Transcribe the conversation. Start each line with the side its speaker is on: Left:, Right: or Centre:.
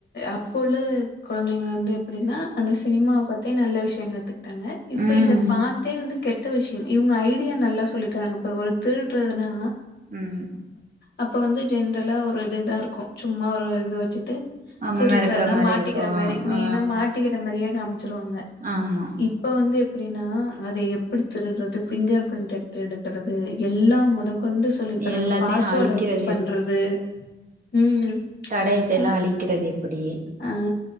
Left: அப்போ உள்ள குழந்தைங்க வந்து எப்படின்னா அந்த சினிமாவ பாத்தே நல்ல விஷய கத்துக்கிட்டாங்க இப்ப
Right: ம்
Left: இத பாத்தே வந்து கெ ட்ட விஷயம் இவுங்க ஐடியா நல்லா சொல்லி தராங்க இப்போ ஒரு திருடுறதுனா
Right: ம்
Left: அப்போ வந்து ஜென்ரலா ஒரு இதுதா இருக்கு சும்மா ஒரு இது வச்சுட்டு
Right: ஆமா
Left: திருட்றதுன்னா
Right: மெரட்டுற மாரி
Left: மாட்டிக்கிற
Right: இருக்கும்
Left: மாரி மெயினா
Right: ஆ
Left: மாட்டிக்கிற மாரியா காமிச்சிருவாங்க
Right: ஆமா
Left: இப்ப வந்து எப்படின்னா அதை எப்படி திருடுறது ஃபிங்கர் பிரிண்ட் எப்டி எடுக்கிறது எல்லாம் மொதக்கொண்டு சொல்லித் தறாங்க
Right: எல்லாத்தையும்
Left: பாஸ்வேர்ட்
Right: அழிக்கிறது
Left: எப்டி பண்றது ம்
Right: தடயத்தை
Left: அ
Right: எல்லா அழிக்கிறது எப்படி
Left: ஆ